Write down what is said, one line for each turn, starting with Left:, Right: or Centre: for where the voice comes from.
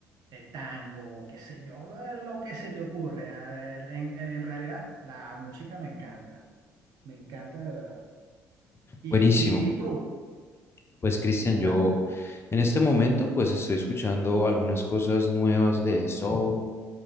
Right: eh, tango, qué sé yo, lo lo que se te ocurre. Eh, En, en realidad, la música me encanta, me encanta de verdad. ¿Y,
Left: Buenísimo.
Right: y, y tú?
Left: Pues Cristian, yo
Right: Bueno,
Left: en este momento pues estoy escuchando algunas cosas nuevas de soul,